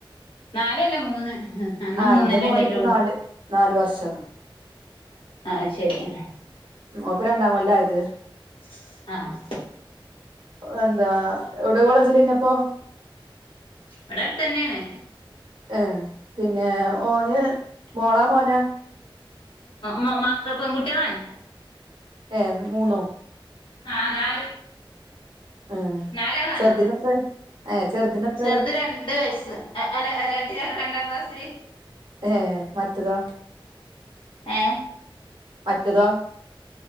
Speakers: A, on the left; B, on the right.
A: നാലല്ല മൂന്ന് ഹ്.. അന്ന്
B: ആ
A: മൂന്നല്ലെ
B: ഇന്റെ മോനിപ്പോ
A: ഇ ണ്ടായ്ട്ടൊള്ളൂ
B: നാല് വർഷാണ്
A: ആ.. അഹ് ശരി ഹ്
B: ഓപ്പ രണ്ടാം കൊല്ലയത്
A: സ്.. സ്‌ ആഹ്
B: ഓന്താ.. എവ്ടെ കോളേജില് ന്നപ്പോ
A: ഇവ്ടെട്തന്നെണ്
B: ഏ.. പ്ന്നെ.. ഓന് മോളാ മോന?
A: മ മക്കൾ പെൺ കുട്ടികൾ അണ്
B: ഏ മൂന്നും
A: ആഹ് നാലാൾ
B: ഏഹ്
A: നാല്‌ ആൾ ആണ്
B: ചെറുതിനെത്രായി ഏഹ് ചെറുതിനെത്രായി
A: ചെറുത് രണ്ട് രണ്ട് വയസ്സ് അ അല്ല രണ്ടില രണ്ടാം ക്ലാസ്സില്
B: ഏ മറ്റതോ
A: ഏ
B: മറ്റതോ